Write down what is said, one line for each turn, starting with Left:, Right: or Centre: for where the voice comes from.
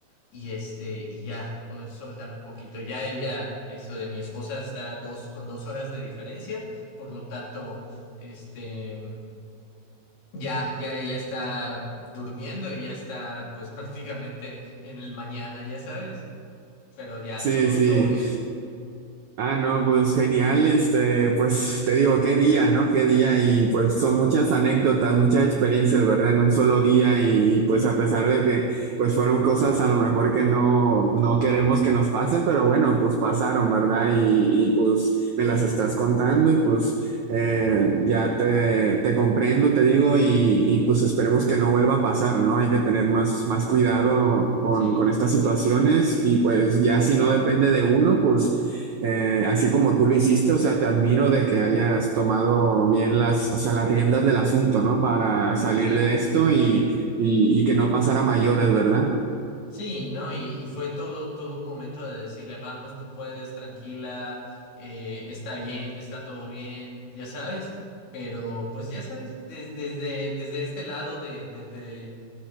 Left: y este, y ya poder soltar un poquito. Ya ella, esto de mi esposa está dos, con dos horas de diferencia, por lo tanto, este, ya, ya ella está durmiendo y ya está, pues, <laughs> prácticamente en el mañana, ya sabes, pero ya
Right: sí,
Left: todo,
Right: sí.
Left: todo bien.
Right: Ah, no, pues genial, este, pues te digo, qué día, ¿no? Qué día y pues
Left: Ujú.
Right: son muchas anécdotas, muchas experiencias, ¿verdad? En un solo día y, y, pues a pesar de que pues fueron cosas a lo mejor que no, no queremos que nos pasen, pero bueno, pues pasaron, ¿verdad? Y, y, pues me las estás contando y pues eh, ya te, te comprendo, te digo, y, y, pues esperemos que no vuelva a pasar, ¿no? Hay que tener más, más cuidado con,
Left: Sí,
Right: con estas situaciones y pues ya si no depende de uno, pues... Eh, así como tú lo hiciste, o sea, te admiro de que hayas tomado bien las, o sea, las riendas del asunto, ¿no? Para salir
Left: sí.
Right: de esto y, y, y que no pasara a mayores, ¿verdad?
Left: Sí, ¿no? Y, y fue todo, todo un momento de decirle, vamos, tú puedes, tranquila, eh, está bien, está todo bien, ya sabes, pero pues ya sabes, des- desde, desde este lado de, de- de-